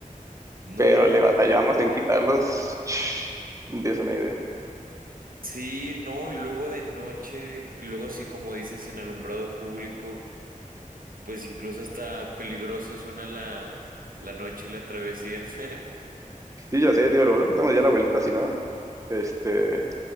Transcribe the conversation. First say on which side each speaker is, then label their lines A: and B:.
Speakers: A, on the right; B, on the right.
A: No,
B: Pero le batallamos
A: qué horror.
B: en quitarlos. <sniffs> No tienes una idea.
A: Sí, no, y luego de noche, luego sí, como dices, sin alumbrado público, pues incluso hasta peligroso suena la, la noche y la travesía. <laughs>
B: Sí, ya sé, tío, lo bueno que estamos ya a la vuelta, si no, este,